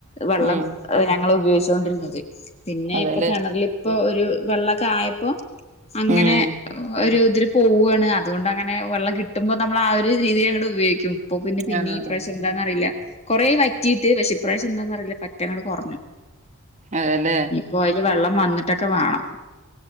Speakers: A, on the left; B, on the right.
A: വെള്ളം
B: ഉം
A: ഞങ്ങ ഉപയോഗിച്ചുണ്ടിരുന്നത് പിന്നെ
B: അതെല്ലേ
A: ഇപ്പൊ കിണറിലിപ്പോ ഒരു വെള്ളമൊക്കെ ആയപ്പോ അങ്ങനെ
B: ഉം
A: ഒരു ഇതി പോവാണ് അതുകൊണ്ട് അങ്ങെ വെള്ളം കിട്ടുമ്പോ നമ്മള ആഹ് ഒരു രീതിയിൽ അങ്ങോടെ ഉപയോഗിക്കും ഇപ്പൊ പിന്നെ പിന്നെ
B: ആഹ്
A: ഈശം എന്താന്ന്റിയില്ല കൊറെ വറ്റിയിട്ട് വിഷിപ്രാവശ്യം എന്താന്നറിയില്ല പറ്റങ്ങട്ടട് കുറഞ്ഞു
B: അതല്ലേ
A: പോല് വെള്ളം വന്നിട്ടൊക്കെ വേണം